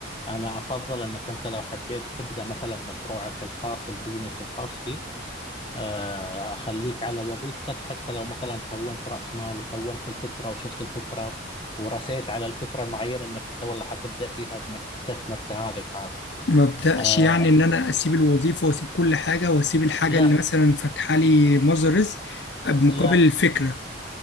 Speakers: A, on the left; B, on the left.
A: أنا أفضل أنك أنت لو حبيت تبدأ مثلا مشروعك الخاص البزنس الخاص فيك آه، أخليك على وظيفتك حتى لو مثلا كونت رأس مال وكونت الفكرة وشفت الفكرة ورسيت على الفكرة المعينة أنك أنت والله حتبدأ فيها بأنك تستثمر في هذه الحاجة
B: ما ابداش
A: آه،
B: يعني ان انا اسيب الوظيفه واسيب كل حاجه واسيب الحاجه
A: لا
B: اللي مثلا فاتحه لي مصدر رزق بمقابل
A: لا
B: الفكره